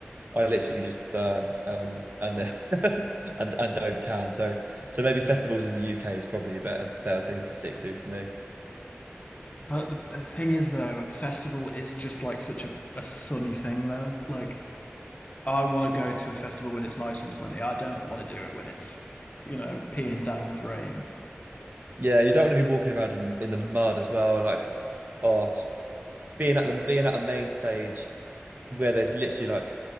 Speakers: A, on the right; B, on the left.
A: I literally just burn um, and <laughs> and and don't tan. So so maybe festivals in the UK is probably a better better thing to stick to for me.
B: But the, the thing is, though, festival is just like such a, a sunny thing, though. Like, I want to go to a festival when it's nice and sunny. I don't want to do it when it's, you know, peeing down with rain.
A: Yeah, you don't want to be walking around in the in the mud as well, and like oh, just being at the being at a main stage where there's literally like